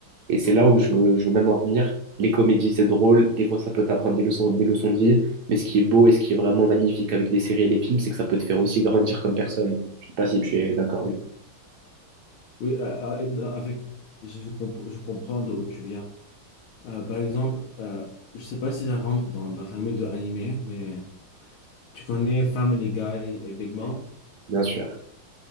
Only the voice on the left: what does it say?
Oui,
oui, euh, euh, et avec, je, je comp- je comprends d'où tu viens. Euh, par exemple, euh, je sais pas si ça rentre dans la famille de animé, mais tu connais Family Guy et Big Mouth?